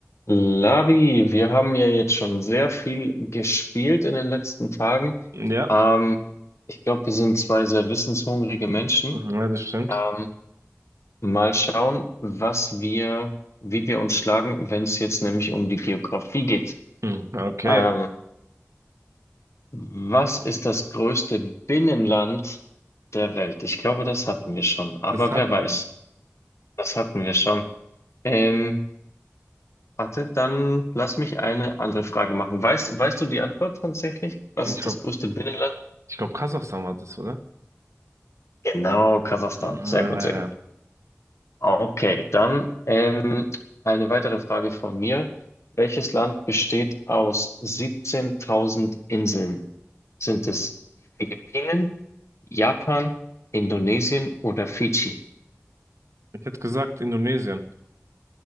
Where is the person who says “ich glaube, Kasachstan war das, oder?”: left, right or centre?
Right